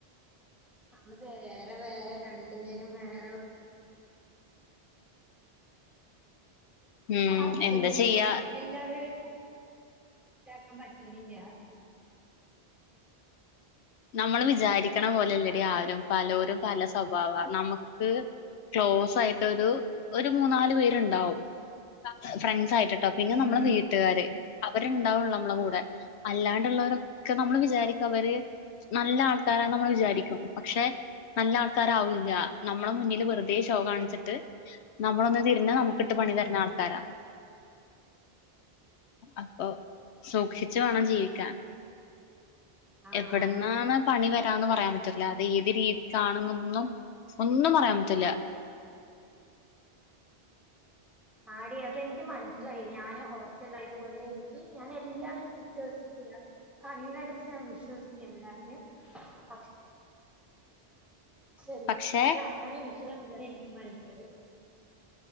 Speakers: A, in the centre; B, on the left.
A: നമ്മള് വേറെ വേറെ രണ്ട്പേരും വേറെ
B: ഉം
A: പറ്റണില്ലാ
B: എന്താ ചെയ്യാ
A: എല്ലാവരായ് കേക്കാൻ പറ്റണില്ലാ
B: നമ്മള് വിചാരിക്കണ പോലല്ലടി ആരും പലോരും പല സ്വഭാവാ നമക്ക് ക്ലോസ്സായിട്ടൊരു ഒരു മൂന്നാലു പേരുണ്ടാവും ഫ്രണ്ട്സായിട്ടട്ടോ പിന്നെ നമ്മള്
A: ഉം
B: വീട്ട്കാര് അവരുണ്ടാവുള്ളു നമ്മടെ കൂടെ അല്ലാണ്ടുള്ളവരൊക്കെ നമ്മള് വിചാരിക്കും അവര് നല്ല ആൾ ക്കാരാന്ന് നമ്മള് വിചാരിക്കും പക്ഷെ നല്ല ആൾക്കാരാവൂല്ല നമ്മടെ മുന്നില് വെറുതേ ഷോ കാണിച്ചിട്ട് നമ്മളൊന്ന് തി രിഞ്ഞാ പിന്നെ നമുക്കിട്ട്
A: ഉം
B: പണി തരുന്ന ആൾ തരാ അപ്പൊ സൂക്ഷിച്ച് വേണം ജീവിക്കാൻ
A: ആ
B: എവിടുന്നാണ് പണി വ ട്ടാന്ന് പറയാം പറ്റല്ല അത് ഏത് രീതിക്കാണന്നൊന്നും ഒന്നും പറയാം പറ്റില്ല
A: ആടി അതെനിക്ക് മൻസ് സ്സിലായി ഞാന് ഹോസ് പിറ്റെല്ലായതുകൊണ്ട് എനിക്ക് ഞാനെല്ലാം <unintelligible> കണ്ണടച്ച് ഞാൻ വിശ്വസിക്കും എല്ലാവരേം പ ക്ഷേ
B: പക്ഷെ
A: അതങ്ങനെ വിശ്വാസം ഇല്ല എനിക്ക് മനസിലായി